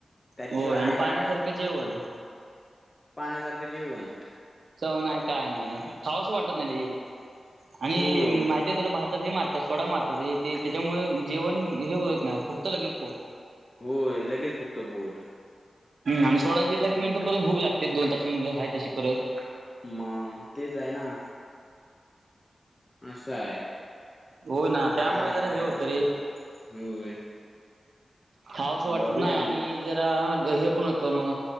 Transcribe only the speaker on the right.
हो आणि
पाण्यासारखं
जेवण
चव ना काय नाही खावसं वाटत नाही रे.
आणि
माहिती आहे त्याला भातात हे मारतात, सोडा मारतात ते त्याच्यामुळे जेवण हे बोलत नाही. फुगत लगेच पोट,
आणि सोडा जिरला
की मग परत भूक लागते दोन तासां हाय् तशी परत
हो ना त्यामुळे
जरा
हे होतं
रे.
खावंसं वाटत
नाही आणि जरा हे पण होतं मग